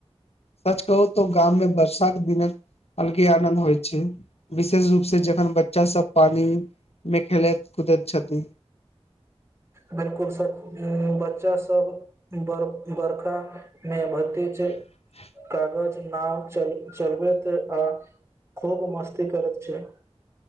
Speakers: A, on the left (about 70°); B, on the right (about 25°).
A: सच कहू तो गाममे वर्षा के दिन अलगे आनन्द होइ छै विशेष रूप से जखन ब बच्चा सब पानी मे खेलैत कुदैत छथि
B: बिल्कुल बच्चा सब बर बर्खा मे भरती छै
A: <inaudible> <unintelligible>
B: कागज न चल चलबैत आ खूब मस्त करैत छै